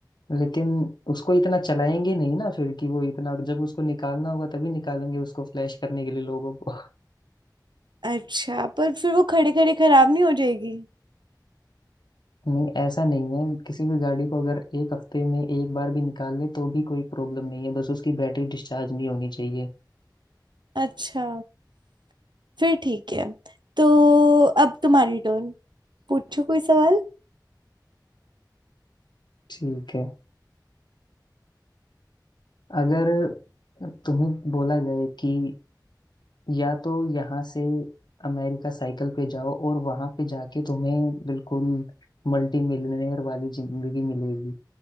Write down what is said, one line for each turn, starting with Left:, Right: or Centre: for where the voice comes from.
Left: लेकिन उसको इतना चलाएंगे नहीं ना फिर कि वो इतना जब उसको निकालना होगा तभी निकालेंगे उसको फ्लैश करने के लिए लोगों को
Right: अच्छा पर फिर वो खड़े खड़े खराब नहीं हो जाएगी
Left: <laughs> नहीं ऐसा नहीं है किसी भी गाड़ी को अगर एक हफ्ते में एक बार भी निकाल ले तो भी कोई प्रॉब्लम नहीं है बस उसकी बैटरी डिस्चार्ज नहीं होनी चाहिए
Right: अच्छा फिर ठीक है तो अब तुम्हारी टर्न पूछो कोई सवाल
Left: ठीक है अगर तुम्हें बोला जाए कि या तो यहाँ से अमेरिका साइकिल पे जाओ और वहां पे जाके तुम्हें बिल्कुल मल्टी मिलियनेयर वाली जिंदगी मिलेगी